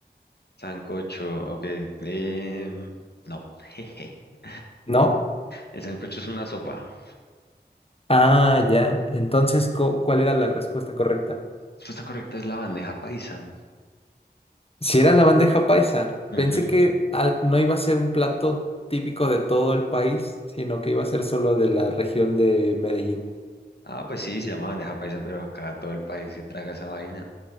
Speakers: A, on the left; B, on the left.
A: Sancocho, ok. em, no. <laughs>
B: ¿no?
A: El sancocho es una sopa.
B: Ah, ya. Entonces, co- ¿cuál era la respuesta correcta?
A: La respuesta correcta es la bandeja paisa.
B: Si era la bandeja paisa.
A: Ujú.
B: Pensé que al- no iba a ser un plato típico de todo el país, sino que iba a ser solo de la región de Medellín.
A: Ah, pues sí, se llama bandeja paisa, pero acá todo el país se traga esa vaina.